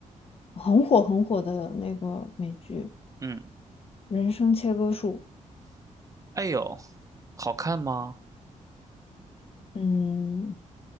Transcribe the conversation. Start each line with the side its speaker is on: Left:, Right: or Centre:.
Left: 很火很火的那个美剧
Right: 嗯，
Left: 《人生切割术》。
Right: 哎呦，好看吗？
Left: 嗯，